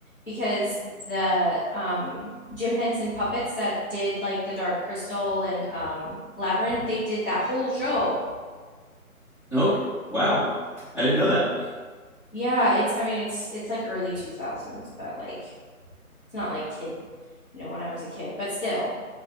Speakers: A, on the left; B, on the left.
A: because the um Jim Henson puppets that did like the Dark Crystal and um Labyrinth, they did that whole show.
B: Okay, wow, I didn't know that.
A: Yeah, it's I mean it's it's like early 2000s, but like it's not like kid, you know, when I was a kid, but still